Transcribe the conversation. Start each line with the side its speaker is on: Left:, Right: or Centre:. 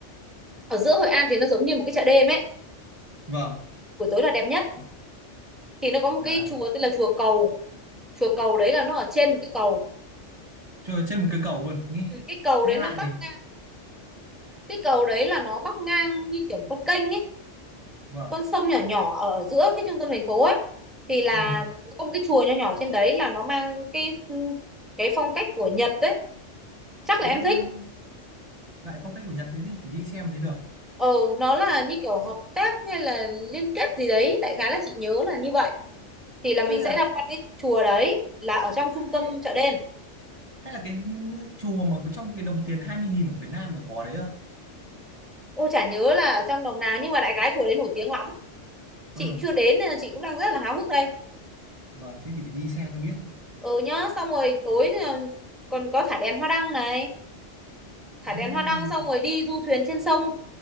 Centre: ở giữa Hội An thì nó giống như một cái chợ đêm ấy
Right: vâng
Centre: buổi tối là đẹp nhất thì nó có một
Right: à,
Centre: cái chùa tên là chùa Cầu chùa Cầu đấy là nó ở trên một cái cầu
Right: chơi trên một cây cầu luôn nghe
Centre: ừ, cái cầu
Right: nghe
Centre: đấy
Right: lạ
Centre: nó bắc
Right: nhỉ
Centre: ngang cái cầu đấy là nó bắc ngang như kiểu con kênh ấy
Right: vâng
Centre: con sông nhỏ nhỏ ở giữa cái trung tâm thành phố ấy thì là
Right: ừ.
Centre: nó có một cái chùa nhỏ nhỏ trên đấy là nó mang cái cái phong cách của Nhật đấy chắc là
Right: à,
Centre: em thích
Right: lại phong cách của Nhật thế thì phải đi xem mới được
Centre: ờ nó là như kiểu hợp tác hay là liên kết gì đấy đại khái là chị nhớ là như vậy thì là
Right: hay
Centre: mình
Right: là
Centre: sẽ tham quan cái chùa đấy là ở trong trung tâm
Right: hay,
Centre: chợ đêm
Right: hay là cái ừ, chùa mà có trong cái đồng tiền 20.000 của Việt Nam mà có đấy không
Centre: Ôi chả nhớ là ở trong đồng nào nhưng mà đại khái chùa đấy nổi tiếng lắm chị
Right: ừ
Centre: chưa đến nên là chị cũng đang rất là háo hức đây
Right: vâng thế thì phải đi xem cho biết
Centre: ừ nhá xong rồi tối thì ờ, còn có thả đèn hoa đăng này thả
Right: à
Centre: đèn hoa đăng xong rồi đi du thuyền trên sông